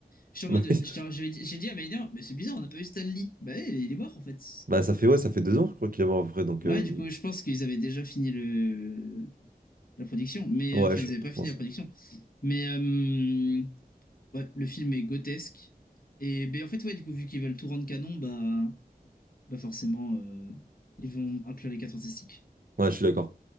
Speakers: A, on the left; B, on the right.
A: J'étais en
B: Bah
A: mode.
B: oui.
A: j'étais- j'avais dit- J'ai dit à Maïner, mais c'est bizarre, on n'a pas vu Stan Lee. Bah oui, il est mort, en fait.
B: Bah, ça fait, ouais, ça fait deux ans, je crois qu'il est mort, à peu près, donc...
A: Ouais,
B: euh,
A: du coup, je pense qu'ils avaient déjà fini le... la production. Mais.
B: Ouais,
A: euh, Enfin,
B: je,
A: ils avaient pas
B: je pense.
A: fini la production. Mais. euh, Ouais, le film est grotesque. Et ben, en fait, ouais, du coup, vu qu'ils veulent tout rendre canon, bah, bah forcément, euh, ils vont inclure les quatre fantastiques.
B: Ouais, je suis d'accord.